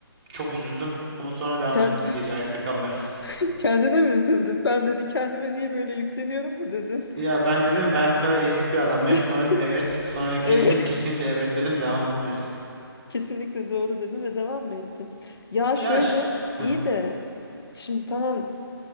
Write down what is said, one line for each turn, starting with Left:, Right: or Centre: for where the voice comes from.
Right: Çok üzüldüm ama sonra devam
Left: Ken-
Right: ettim gece ayakta kalmaya. <laughs>
Left: <laughs> Kendine mi üzüldün? Ben dedi kendime niye böyle yükleniyorum mu dedin?
Right: Ya ben dedim ben bu kadar ezik bir adam mıyım?
Left: <laughs>
Right: Sonra dedim evet. Sonra kesin
Left: Evet,
Right: kesinlikle evet dedim devam etmelisin.
Left: kesinlikle doğru dedim ve devam mı ettin? Ya şöyle
Right: Ya ş-
Left: iyi
Right: <laughs>
Left: de şimdi tamam